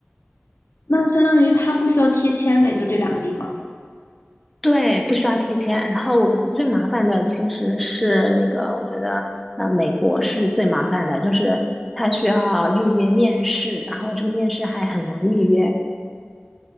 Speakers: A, on the left (about 80°); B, in the centre.
A: 那相当于他不需要贴签呗，就这两个地方。
B: 对，不需要贴签。然后最麻烦的其实是那个，我觉得呃，美国是最麻烦的，就是他需要预约面试，然后这个面试还很难预约。